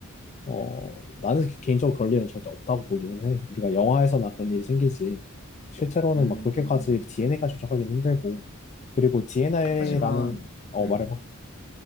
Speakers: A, on the left; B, on the left.
A: 어, 나는 개인적으로 그럴 일은 절대 없다고 보기는 해. 우리가 영화에서나 그런 일이 생기지. 실제로는
B: 음.
A: 막 그렇게까지 DNA가 조작하기는 힘들고. 그리고 DNA라는,
B: 하지만
A: 어,
B: 음.
A: 말해봐.